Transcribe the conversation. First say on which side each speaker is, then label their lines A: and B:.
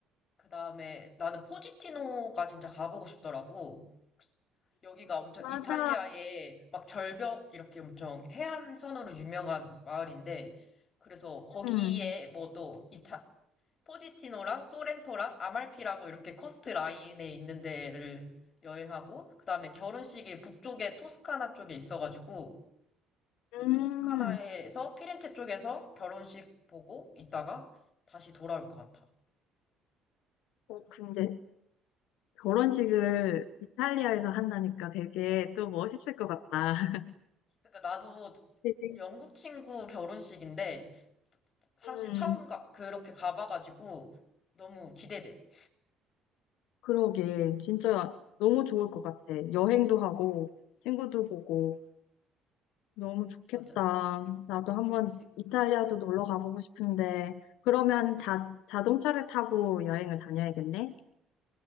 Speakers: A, on the left (about 30°); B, on the left (about 85°).
A: 그 다음에 나는 포지티노가 진짜 가보고 싶더라고. 여기가 엄청
B: 맞아.
A: 이탈리아의 막 절벽 이렇게 엄청 해안선으로 유명한 마을인데 그래서 거기에
B: 음,
A: 뭐 또 이타 포지티노랑 소렌토랑 아말피라고 이렇게 커스트 라인에 있는 데를 여행하고 그다음에 결혼식이 북쪽에 토스카나 쪽에 있어가지고 그
B: 음.
A: 토스카나에서 피렌체 쪽에서 결혼식 보고 있다가 다시 돌아올 것 같아.
B: 어, 근데 결혼식을 이탈리아에서
A: 응.
B: 한다니까 되게 또 멋있을 것 같다. <laughs>
A: 그러니까 나도
B: 되게.
A: 영국 친구 결혼식인데 사실
B: 음,
A: 처음 가, 그렇게 가봐가지고 너무 기대돼.
B: 그러게. 진짜 너무 좋을 것 같아. 여행도 하고 친구도 보고. 너무 좋겠다.
A: 맞아.
B: 나도 한번
A: 제-
B: 이탈리아도 놀러 가보고 싶은데, 그러면
A: 음.
B: 자, 자동차를 타고 여행을 다녀야겠네?